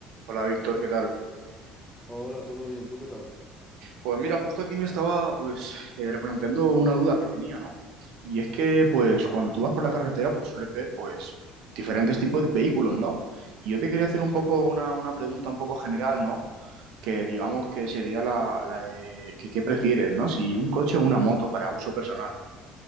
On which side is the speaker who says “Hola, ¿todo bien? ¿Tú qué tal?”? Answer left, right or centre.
Centre